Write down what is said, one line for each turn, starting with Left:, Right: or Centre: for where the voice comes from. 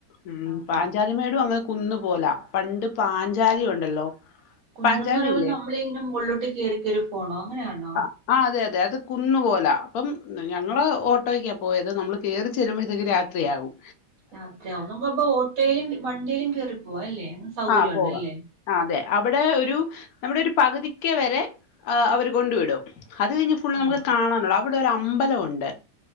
Left: ഉം
Right: ആഹ്
Left: പാഞ്ചാലി
Right: ആഹ്
Left: മേടു അങ്ങ് കുന്നു പോലെ പണ്ട് പാഞ്ചാലി ഉണ്ടല്ലോ
Right: കുന്നന്ന്
Left: പാഞ്ചാലി
Right: പറയുമ്പോൾ
Left: ഇല്ലേ
Right: നമ്മള ഇങ്ങനെ മോള്ലോട്ട് കയറി കയറി പോണോ അങ്ങനെയാണോ?
Left: ആ അതെ അതെ അതു കുന്ന് പോലെ, അപ്പം ഞങ്ങള് ഓട്ടോയ്ക്ക പോയത് നമ്മള് കയറി ചെല്ലുമ്പത്തേക്ക് രാ ത്രിയാവും.
Right: രാത്രിയാവും നമ്മക്ക് അപ്പൊ ഓട്ടോയിലും വണ്ടിയിലും കേറിപ്പോവാ അല്ലേ? സൗകര്യം
Left: ആ പോവാം
Right: ഉണ്ടല്ലേ
Left: അതെ അവിടെ ഒരു നമ്മുടെ ഒരു പകുതിക്ക വരെ ആഹ് അവര് കൊണ്ടു വിടും, അത് കഴിഞ്ഞ ഫു ള്ള് നമുക്ക്
Right: ആഹ്
Left: കാണാനുള്ള, അവിടെ ഒരു അമ്പലം ഉണ്ട്,